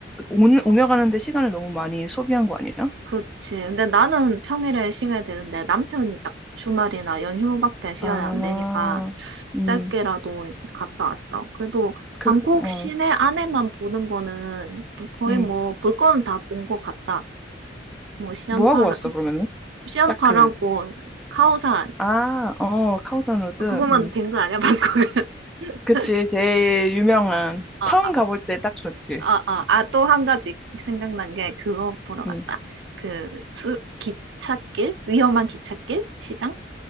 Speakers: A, in the centre; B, on the right.
A: 오
B: 어,
A: 오며 가는데 시간을 너무 많이 소비한 거 아니야?
B: 그렇지. 근데 나는 평일에 시간이 되는데 남편이 딱 주말이나 연휴밖에 시간이
A: 아,
B: 안 되니까
A: 음,
B: 짧게라도 갔다 왔어. 그래도
A: 그래도,
B: 방콕
A: 어,
B: 시내 안에만 보는 거는 거의
A: 음.
B: 뭐 볼 거는 다 본 것 같다. 뭐 시안파라,
A: 뭐 하고 왔어, 그러면은?
B: 시안파라고
A: 딱 그,
B: 카오산
A: 아, 어, 카오산 로드,
B: 그거만
A: 음.
B: 된 거 아니야, 방콕 <laughs>
A: 그치, 제일 유명한.
B: 어,
A: 처음
B: 아,
A: 가볼 때 딱 좋지.
B: 어, 어. 아, 또 한 가지 생각난 게 그거 보러 갔다.
A: 음.
B: 그 수, 기찻길? 위험한 기찻길? 시장?